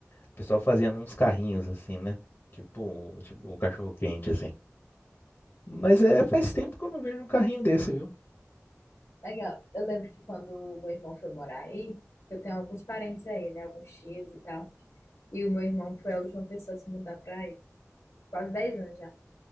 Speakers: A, on the left; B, on the left.
A: O pessoal fazia uns carrinhos assim, né? Tipo, tipo um cachorro quente assim. Mas é, faz tempo que eu não vejo um carrinho desse, viu?
B: Legal. Eu lembro que quando o meu irmão foi morar aí, eu tenho alguns parentes aí, né? Alguns tios e tal. E o meu irmão foi a última pessoa a se mudar pra aí, quase 10 anos já.